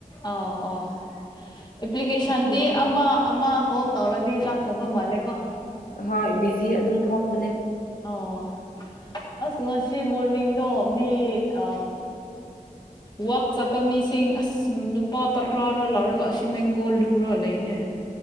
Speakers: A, on the left; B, on the left.
A: ꯑꯣ ꯑꯣ ꯑꯦꯄ꯭ꯂꯤꯀꯦꯁꯟꯗꯤ
B: ꯑꯁꯤ
A: ꯑꯃ ꯑꯃ ꯀꯣꯜ ꯇꯧꯔꯗꯤ ꯂꯥꯛꯇꯕ ꯃꯥꯜꯂꯦꯀꯣ
B: ꯍꯣꯏ ꯕꯤꯖꯤ ꯑꯗꯨꯝ ꯊꯣꯛꯄꯅꯦ
A: ꯑꯥ ꯑꯁ ꯉꯁꯤ ꯃꯣꯔꯅꯤꯡꯗꯣ ꯃꯤ ꯑ ꯋꯥꯛ ꯆꯠꯄ ꯃꯤꯁꯤꯡ ꯑꯁ ꯅꯨꯄꯥ ꯇꯔꯥꯔ ꯂꯧꯔꯒ ꯑꯁꯤ ꯃꯦꯡꯒꯣꯜ ꯂꯨꯔ ꯂꯩꯅꯦ